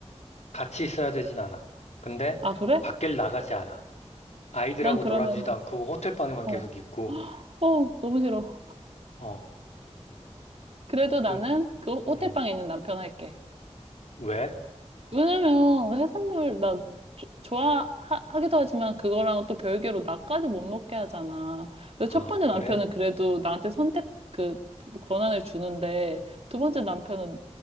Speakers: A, on the left; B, on the right.
A: 같이 있어야 되진 않아. 근데
B: 아, 그래?
A: 밖을 나가지 않아. 아이들하고
B: 난 그러면은,
A: 놀아주지도 않고 호텔방에만
B: 어,
A: 계속 있고,
B: 어, 너무 싫어.
A: 어,
B: 그래도 나는
A: 그,
B: 그 호- 호텔
A: 음,
B: 방에 있는 남편 할게.
A: 왜?
B: 왜냐면 해산물 나 조- 좋아하기도 하지만 그거랑 또 별개로 나까지 못 먹게 하잖아. 그래서
A: 아,
B: 첫 번째
A: 그래?
B: 남편은 그래도 나한테 선택 그 권한을 주는데 두 번째 남편은